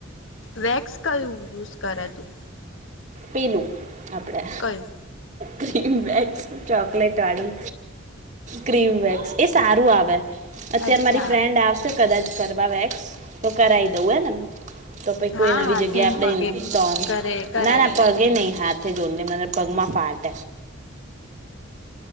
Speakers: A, on the left (about 70°); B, on the right (about 35°).
A: વેક્સ કયું યુઝ કરે તું
B: પીનું <inaudible> આપડે
A: કયું
B: ક્રીમ બેક્સ ચોકલેટ વાળી. ક્રીમ વગસ એ સારું આવે. અત્યારે
A: અચ્છા
B: મારી ફ્રેન્ડ કદાચ કરવાવેક્સ. કરાઈ દઉ એને. તો પ કોઈ
A: હા
B: નવી
A: હાથેને
B: જગ્યા આપડે
A: પગે
B: તો
A: કરે કરાઈ
B: ના ના
A: દે
B: પગે નહીં હાથ. દો મબ પગમા ફાટ.